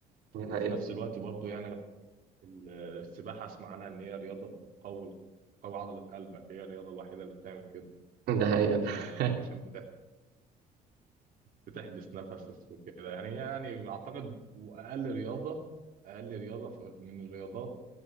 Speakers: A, on the right; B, on the right.
A: ده
B: وفي
A: حقيقة
B: نفس الوقت برضو يعني أنا ال- السباحة أسمع عنها إن هي رياضة بتقوي بتقوي عضلة قلبك هي الرياضة الوحيدة اللي بتعمل كده
A: ده حقيقة
B: آه،
A: <laughs>
B: عشان بتح- بتحبس نفسك وكده يعني هي يعني أعتقد وأقل رياضة أقل رياضة في- من الرياضات